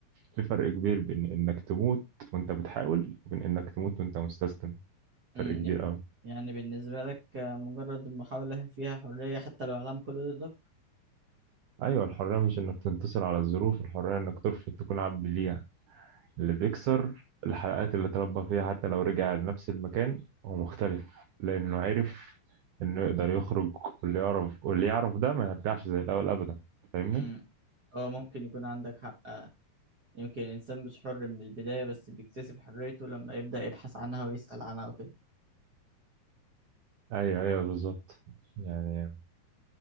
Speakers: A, on the right; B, on the right.
A: في فرق كبير بين انك تموت وانت بتحاول وبين انك تموت وانت مستسلم فرق
B: أمم،
A: كبير
B: ي-
A: قوي
B: يعني بالنسبة لك آه، مجرد المحاولة فيها حرية حتى لو العالم كله ضدك
A: ايوه الحرية مش انك تنتصر على الظروف الحرية انك ترفض تكون عبد ليها اللي بيكسر الحلقات اللي تربى فيها حتى لو رجع لنفس المكان هو مختلف لانه عرف انه يقدر يخرج واللي يعرف واللي يعرف ده ما يرجعش زي الاول ابدا فاهمني
B: أمم، هو ممكن يكون عندك حق آه، يمكن الإنسان مش حر من البداية بس بيكتسب حريته لما يبدأ يبحث عنها ويسأل عنها وكده
A: ايوه ايوه بالظبط يعني